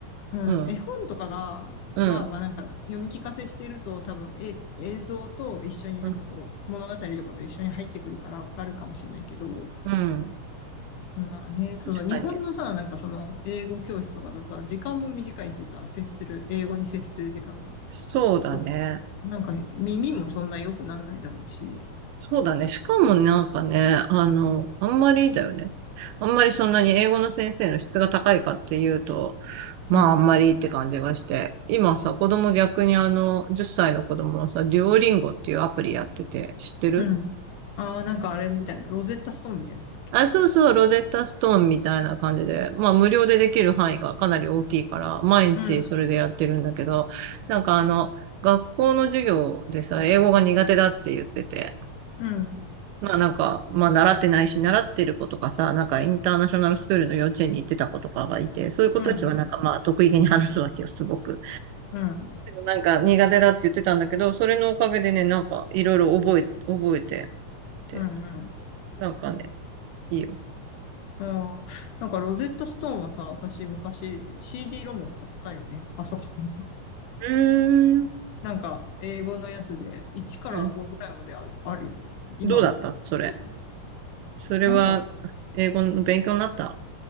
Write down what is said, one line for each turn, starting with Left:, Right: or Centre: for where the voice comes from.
Left: うん、
Right: うん、
Left: 絵本とかが、
Right: うん、
Left: は、まあなんか読み聞かせしてると多分、え、映像と一緒になんかそう、
Right: うん。
Left: 物語とかと一緒に入ってくるからわかるかもしれないけど、
Right: うん
Left: まあね、その日本のさ、
Right: 確かに。
Left: なんかその英語教室とかだとさ、時間も短いしさ、接する、英語に接する時間が、
Right: そうだね。
Left: と、なんか耳もそんな良くなんないだろうし、
Right: そうだね。しかもなんかね、あの、あんまりだよね。あんまりそんなに英語の先生の質が高いかっていうと、まあ、
Left: うん、
Right: あんまりって感じがして。今さ、子供逆にあの、10歳の子供はさ、デュオリンゴっていうアプリやってて、知ってる
Left: うん。ああ、なんかあれみたいな、ロゼッタストーンみたいなやつだっけ
Right: あ、そうそう、ロゼッタストーンみたいな感じで、まあ、無料でできる範囲がかなり大きいから、毎日それでやってるんだけど、
Left: うん、
Right: なんかあの、学校の授業でさ、英語が苦手だって言ってて、
Left: うん、うん、
Right: まあなんか、まあ習ってないし、習ってる子とかさ、なんかインターナショナルスクールの幼稚園に行ってた子とかがいて、そういう子たちはなんかまあ得意げに話すわけよ、
Left: うん、
Right: すごく。
Left: うん、
Right: なんか苦手だって言ってたんだけど、それのおかげでね、なんかいろいろ覚え、覚えてて、
Left: うん、うん。
Right: なんかね、いいよ。
Left: うん。なんかロゼットストーンはさ、私昔 CD ロムを買ったよね。パソコンの。<laughs>
Right: うーん。
Left: なんか英語のやつで1から5ぐらいまであ、
Right: うん。
Left: あるよ。今も。
Right: どうだったそれ。
Left: 家に
Right: それは、
Left: なんだろう。
Right: 英語の勉強になった